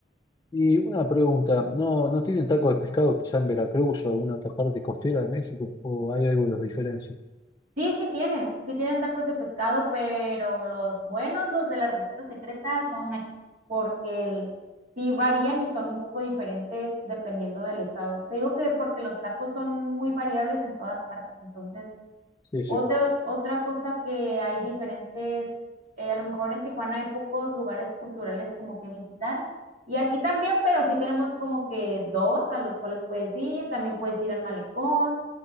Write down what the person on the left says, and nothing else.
Y una pregunta, ¿no, no tienen tacos de pescado quizá en Veracruz o alguna otra parte costera de México? ¿O hay algo que los diferencia?
Sí, sí.